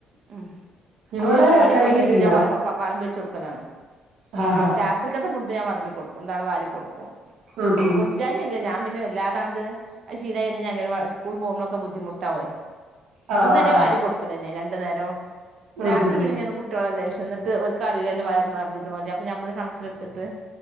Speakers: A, on the right; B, on the right.
A: ഉം
B: ഇവിടെ
A: അപ്പൊ അങ്ങനവാടി
B: കഴിക്കത്തില്ല
A: പോയിന്റേഷം ഞാൻ വ വ വൾമ്പിച്ചെട്ക്കലാണ്
B: ആ ഹ ഹ
A: രാത്രിക്കെത്തെ ഫുഡ് ഞാൻ വൾ കൊട്ക്കും ന്താണ് വാരി കൊട്ക്കും
B: ഉം ഹ് ഹ്
A: കൊഞ്ചായി അല്ല ഞാൻ പിന്നെ വെ ല്ലാതാന്ത് ആ ശീലായ്കഴിഞ്ഞ ഞ്ഞ് അങ്ങലവാ സ്കൂൾ പോകുമ്പളൊക്കെ ബുദ്ധിമുട്ടാവേ
B: ആ
A: ദ്ന്നരേ
B: ആ ആ
A: വാരി കൊട്ക്കലെന്നെ ര നേരം
B: ഉം
A: രാത്രി
B: ഹ്
A: പിഴിഞ്ഞന്ന്
B: ഹ്
A: കുട്ടികളെല്ലാം ഇഷ് എന്നിട്ട് ഓൽക്ക് അറീലല്ലോവയറ് നിറഞ്ഞ്ക്ക്ണോന്ന് അപ്പ നമ്മള് കണക്കിലെടുത്തിട്ട്